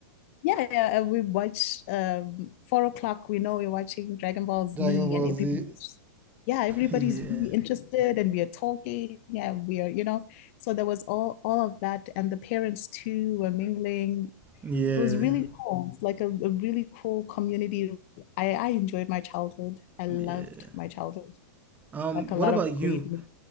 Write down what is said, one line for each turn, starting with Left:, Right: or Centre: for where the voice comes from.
Left: Yeah, yeah, and we watch um four o'clock, we know we're watching Dragon Ball Z
Right: Dragon Ball
Left: and everybody's
Right: Z.
Left: yeah, everybody's
Right: Yeah,
Left: really interested and we are talking. Yeah, we are, you know. So there was all all of that and the parents too were mingling
Right: yeah,
Left: it was really cool. It's like a, a really cool community. I, I enjoyed my childhood. I loved
Right: yeah.
Left: my childhood.
Right: Um,
Left: Like a
Right: what
Left: lot
Right: about
Left: of
Right: you?
Left: great movies